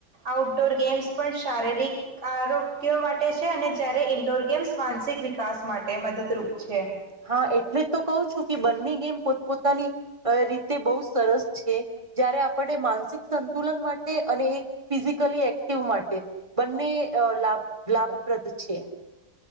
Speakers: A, on the right; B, on the right.
A: આઉટડોર ગેમ્સ પણ શારીરિક આરોગ્ય માટે છે અને જયારે ઈન્ડોર ગેમ્સ માનસિક વિકાસ માટે મદદરૂપ છે.
B: હા એટલે જ તો કહું છું કે બ બમની ગેમ પોત પોતાની રીતે બહુ સરસ છે જયારે આપણે માનસિક સંતુલન માટે અને એક ફિઝિકલી એક્ટિવ માટે બંને અ લાભ લાભપ્રદ છે.